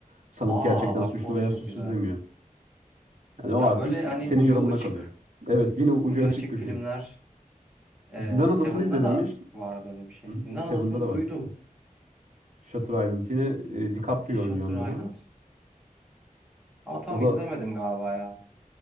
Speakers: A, on the right; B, in the centre.
A: sanık
B: Aa
A: gerçekten
B: bak
A: suçlu
B: o da
A: veya
B: çok
A: suçsuz
B: güzel.
A: demiyor. Yani o
B: Ya
A: artık
B: böyle
A: s-
B: hani
A: senin
B: ucu
A: yorumuna
B: açık,
A: kalıyor. Evet yine ucu
B: ucu
A: açık
B: açık
A: bir
B: filmler.
A: film.
B: E,
A: Zindan
B: Seven'da
A: Adası'nı izledin
B: da
A: mi? Ş-
B: vardı öyle bir şey.
A: Hı hı,
B: Zindan
A: Seven'da
B: Adası'nı
A: da
B: duydum.
A: var. hatta. Shutter Island yine e, DiCaprio
B: Shutter
A: oynuyor onda
B: Island.
A: da.
B: Ama tam
A: O da
B: izlemedim galiba ya.